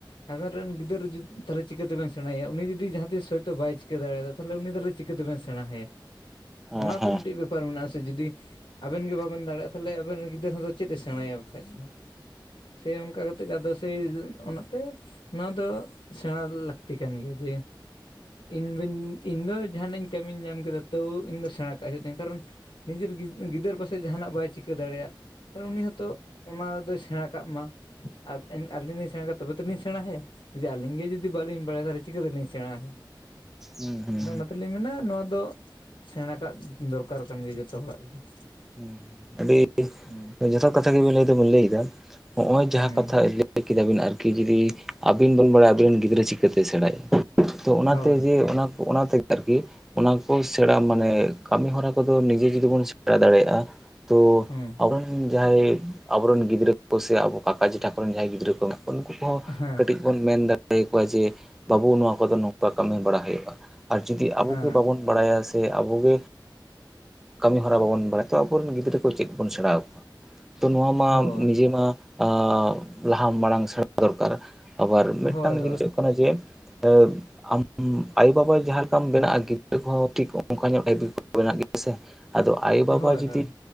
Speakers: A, on the left; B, in the centre.
A: ᱟᱵᱮᱱ ᱨᱮᱱ ᱜᱤᱫᱟᱹᱨ ᱡᱚ ᱛᱚᱦᱞᱮ ᱪᱤᱠᱟᱹᱛᱮᱵᱮᱱ ᱥᱮᱬᱟᱭᱟᱭᱟ ᱩᱱᱤ ᱡᱩᱫᱤ ᱡᱟᱦᱟᱸ ᱛᱤᱥ ᱦᱚᱭᱛᱚ ᱵᱟᱭ ᱪᱤᱠᱟᱹ ᱫᱟᱲᱮᱭᱟᱫᱟ᱾ ᱛᱟᱦᱚᱞᱮ ᱩᱱᱤ ᱛᱚᱦᱞᱮ ᱪᱤᱠᱟᱹᱛᱮᱵᱮᱱ ᱥᱮᱬᱟ ᱟᱭᱟ? ᱚᱱᱟᱛᱮ
B: ᱦᱩᱸ
A: ᱢᱤᱫᱴᱤᱡ ᱵᱮᱯᱟᱨ ᱵᱮᱯᱟᱨ ᱢᱮᱱᱟᱜᱼᱟ ᱥᱮ, ᱡᱩᱫᱤ ᱟᱵᱮᱱ ᱜᱮ ᱵᱟᱵᱮᱱ ᱫᱟᱲᱮᱭᱟᱜ ᱛᱟᱦᱚᱞᱮ ᱟᱵᱮᱱ ᱨᱮᱱ ᱜᱤᱫᱟᱹᱨ ᱦᱚᱸᱫᱚ ᱪᱮᱫ ᱮ ᱥᱮᱬᱟᱭᱟ ᱵᱟᱠᱷᱟᱡ ᱫᱚ- ᱥᱮ ᱚᱱᱠᱟ ᱠᱟᱛᱮ ᱜᱮᱫᱚ ᱥᱮᱭ ᱚᱱᱟ ᱛᱮ ᱫᱚ ᱱᱚᱶᱟ ᱫᱚ ᱥᱮᱬᱟ ᱠᱟᱱ ᱜᱮᱭᱟ ᱡᱮ ᱤᱧᱫᱚ ᱤᱧᱫᱚ ᱡᱟᱦᱟᱱᱟᱜ ᱤᱧ ᱠᱟᱹᱢᱤᱧ ᱧᱟᱢ ᱠᱮᱫᱟ ᱛᱟᱹᱣ ᱤᱧ ᱫᱚ ᱥᱮᱬᱟ ᱠᱟᱜ ᱦᱩᱭᱩᱜ ᱛᱤᱧᱟᱹ ᱠᱟᱨᱚᱱ ᱱᱤᱡᱮᱨ ᱜᱤᱫᱟᱹᱨ ᱯᱟᱥᱮᱡ ᱡᱟᱦᱟᱱᱟᱜ ᱵᱟᱭ ᱪᱤᱠᱟᱹ ᱫᱟᱲᱮᱭᱟᱜ᱾ ᱛᱟᱦᱚᱞᱮ ᱩᱱᱤ ᱦᱚᱛᱚ ᱚᱱᱟ ᱫᱚᱭ ᱥᱮᱬᱟ ᱠᱟᱜ ᱢᱟ᱾ ᱟᱨ ᱟᱹᱞᱤᱧ ᱞᱤᱧ ᱥᱮᱬᱟ ᱠᱟᱫᱟ ᱛᱚᱵᱮ ᱛᱞᱤᱧ ᱥᱮᱬᱟ ᱟᱭᱟ᱾ ᱡᱩᱫᱤ ᱟᱹᱞᱤᱧ ᱜᱮ ᱡᱩᱫᱤ ᱵᱟᱹᱞᱤᱧ ᱵᱟᱲᱟᱭᱟ ᱛᱟᱦᱚᱞᱮ ᱪᱤᱠᱟᱹ ᱛᱮᱞᱤᱧ ᱥᱮᱬᱟᱭ?
B: ᱦᱩᱸ ᱦᱩᱸ ᱦᱩᱸ
A: ᱟᱫᱚ ᱚᱱᱟᱛᱮᱞᱤᱧ ᱢᱟᱱᱮ ᱱᱚᱣᱟ ᱫᱚ ᱥᱮᱬᱟ ᱠᱟᱜ ᱫᱚᱨᱠᱟᱨ ᱠᱟᱱ ᱜᱮᱭᱟ ᱡᱚᱛᱚ ᱦᱚᱲᱟᱜ ᱜᱮ-
B: ᱦᱩᱸ ᱟᱹᱰᱤ
A: ᱦᱩᱸ
B: ᱡᱚᱛᱷᱟᱛ ᱠᱟᱛᱷᱟ ᱜᱮᱵᱤᱱ ᱞᱟᱹᱭ ᱫᱚᱵᱚᱱ ᱞᱟᱹᱭᱫᱟ ᱱᱚᱜᱼᱚᱭ ᱡᱟᱦᱟᱸ
A: ᱦᱩᱸ
B: ᱠᱟᱛᱷᱟ ᱞᱟᱹᱭ ᱞᱟᱹᱭ ᱠᱮᱫᱟᱵᱤᱱ ᱟᱨᱠᱤ ᱡᱩᱫᱤ ᱟᱹᱵᱤᱱ ᱵᱚᱱ ᱵᱟᱲᱟᱭᱟ ᱟᱵᱤᱱ ᱨᱮᱱ ᱜᱤᱫᱽᱨᱟᱹ ᱪᱤᱠᱟᱹᱛᱮ ᱥᱮᱬᱟᱭᱟ᱾ ᱛᱚ ᱚᱱᱟᱛᱮ
A: ᱦᱳᱭ
B: ᱡᱮ ᱚᱱᱟ ᱚᱱᱟ ᱛᱮᱜᱮ ᱟᱨᱠᱤ ᱚᱱᱟ ᱠᱚ ᱥᱮᱬᱟ ᱢᱟᱱᱮ ᱠᱟᱹᱢᱤ ᱦᱚᱨᱟ ᱠᱚᱫᱚ ᱱᱤᱡᱮ ᱡᱩᱫᱤ ᱵᱚᱱ ᱥᱮᱬᱟ ᱫᱟᱲᱮᱭᱟᱜᱼᱟ᱾ ᱛᱳ
A: ᱦᱩᱸ
B: ᱟᱵᱚᱨᱮᱱ ᱡᱟᱦᱟᱸᱭ ᱟᱵᱚᱨᱮᱱ ᱜᱤᱫᱽᱨᱟᱹ ᱠᱚ ᱥᱮ ᱟᱵᱚ ᱠᱟᱠᱟ ᱡᱮᱴᱷᱟ ᱠᱚᱨᱮᱱ ᱡᱟᱦᱟᱸᱭ ᱜᱤᱫᱽᱨᱟᱹ ᱠᱚ ᱢᱮᱱᱟᱜ ᱩᱱᱠᱩ ᱩᱱ
A: ᱦᱮᱸ
B: ᱠᱟᱹᱴᱤᱡ ᱵᱚᱱ ᱢᱮᱱ ᱫᱟᱲᱮᱭᱟᱠᱚᱣᱟ ᱡᱮ ᱵᱟᱹᱵᱩ ᱱᱚᱣᱟ ᱠᱚᱫᱚ ᱱᱚᱝᱠᱟ ᱠᱟᱹᱢᱤ ᱵᱟᱲᱟ ᱦᱩᱭᱩᱜᱼᱟ᱾ ᱟᱨ ᱡᱩᱫᱤ ᱟᱵᱚ
A: ᱦᱮᱸ
B: ᱜᱮ ᱵᱟᱵᱚᱱ ᱵᱟᱲᱟᱭᱟ ᱥᱮ ᱟᱵᱚᱜᱮ ᱠᱟᱹᱢᱤ ᱦᱚᱨᱟ ᱵᱟᱵᱚᱱ ᱵᱟᱲᱟᱭᱟ ᱛᱚ ᱟᱵᱚᱨᱮᱱ ᱜᱤᱫᱽᱨᱟᱹ ᱪᱮᱫ ᱵᱚᱱ ᱥᱮᱬᱟᱣᱟᱠᱚᱣᱟ᱾ ᱛᱚ ᱱᱚᱣᱟ ᱢᱟ
A: ᱦᱳᱭ
B: ᱱᱤᱡᱮ ᱢᱟ ᱟᱜ ᱞᱟᱦᱟ ᱢᱟᱲᱟᱝ ᱥᱮᱬᱟ ᱫᱚᱨᱠᱟᱨ᱾ ᱟᱵᱟᱨ ᱢᱤᱫᱴᱟᱝ
A: ᱦᱳᱭ ᱦᱳᱭ
B: ᱡᱤᱱᱤᱥ ᱦᱩᱭᱩᱜ ᱠᱟᱱᱟ ᱡᱮ <unintelligible> ᱟᱢ ᱟᱭᱳ ᱵᱟᱵᱟ ᱡᱟᱦᱟᱸ ᱞᱮᱠᱟᱢ ᱵᱮᱱᱟᱜᱼᱟ ᱜᱤᱫᱽᱨᱟᱹ ᱠᱚᱦᱚᱸ ᱴᱷᱤᱠ ᱚᱱᱠᱟ ᱧᱚᱜ ᱴᱟᱭᱤᱯ ᱜᱮᱠᱚ ᱵᱮᱱᱟᱜ ᱜᱮᱭᱟ ᱥᱮ- ᱟᱫᱚ ᱟᱭᱳᱵᱟᱵᱟ
A: ᱦᱳᱭ
B: ᱡᱚᱫᱤ
A: ᱦᱳᱭ